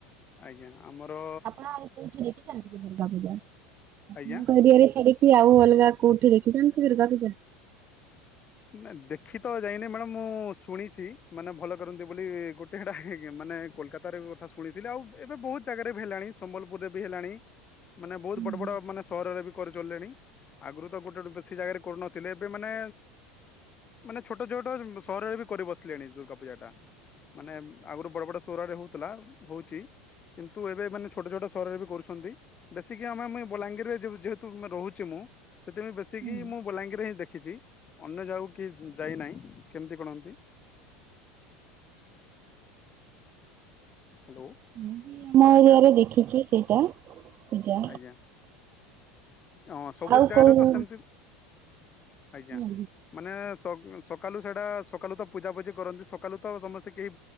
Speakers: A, on the left; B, on the right.
A: ଆଜ୍ଞା ଆମର
B: ଆପଣ ଆଉ କୋଉଠି ଦୁର୍ଗା ପୂଜା ଆପଣଙ୍କ
A: ଆଜ୍ଞା
B: ଏରିଆରେ ଛାଡିକି ଆଉ ଅଲଗା କୋଉଠି ଦେଖିଛନ୍ତି ଦୁର୍ଗା ପୂଜା।
A: ନା ଦେଖି ତ ଯାଇନି, ମ୍ୟାଡ଼ାମ ମୁଁ ଶୁଣିଛି ମାନେ ଭଲ କରନ୍ତି ବୋଲି ଗୋଟେ। ମାନେ କୋଲକୋତା ରେ କଥା ଶୁଣିଥିଲି ଆଉ ଏବେ ବହୁତ ଜାଗାରେ ବି ହେଲାଣି, ସମ୍ବଲପୁରରେ ବି ହେଲାଣି। ମାନେ ବହୁତ
B: ହୁଁ
A: ବଡ
B: ହୁଁ
A: ବଡ ମାନେ ସହରରେ ବି କରିଚଳିଲଣି। ଆଗରୁ ତ ଗୋଟେ ବେଶୀ ଜାଗାରେ କରୁନଥିଲେ ଏବେ ମାନେ ମାନେ ଛୋଟ ଛୋଟ ସହରରେ ବି କରି ବସିଲେଣି ଦୁର୍ଗା ପୂଜା ଟା। ମାନେ ଆଗରୁ ବଡ ବଡ ସରରେ ହଉଥିଲା ହଉଛି। କିନ୍ତୁ ଏବେ ମାନେ ଛୋଟ ଛୋଟ ସହରରେ ବି କରୁଛନ୍ତି। ବେଶି ଆମେ ମୁଇ ବଲାଙ୍ଗୀରରେ ଯେହେତୁ ରହୁଛି ମୁଁ। ସେଥିପାଇଁ ବେଶୀିକି
B: ହୁଁ
A: ମୁଁ ବଲାଙ୍ଗୀରରେ ହିଁ ଦେଖିଛି। ଅନ୍ୟ ଜାଗକୁ କି ଯାଇନାହିଁ। କେମିତି କଣ ହ୍ୟାଲୋ
B: ମୁଁ ବି ଆମ
A: ଆଜ୍ଞା
B: ଏରିଆରେ ଦେଖିଛି ସେଇଟା ପୂଜା।
A: ଆଜ୍ଞା ହଁ ସବୁ
B: ଆଉ
A: ଜାଗାରେ
B: କୋଉ
A: ତ
B: ହୁଁ
A: ସେମିତି ଆଜ୍ଞା।
B: ହୁଁ
A: ମାନେ ସକାଳୁ ସେଟା ସକାଳୁ ତ ପୂଜାପୂଜି କରନ୍ତି ସକାଳୁ ତ ସମସ୍ତେ କେହି